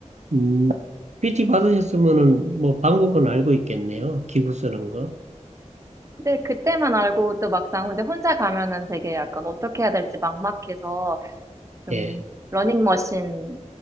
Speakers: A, on the right (about 65°); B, on the right (about 25°).
A: 음 PT 받으셨으면은 뭐 방법은 알고 있겠네요. 기구 쓰는 거.
B: 근데 그때만 알고 또 막상 혼자 혼자 가면은 되게 약간 어떻게 해야 될지 막막해서 좀
A: 예.
B: 러닝머신